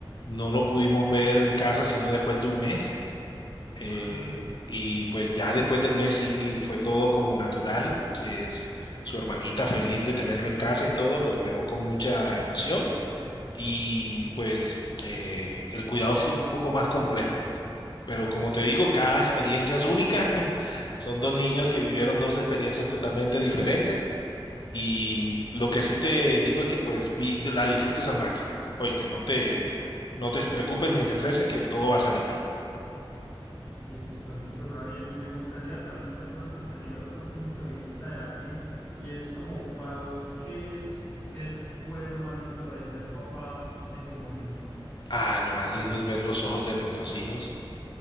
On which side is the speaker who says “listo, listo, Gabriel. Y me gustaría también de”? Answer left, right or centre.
Left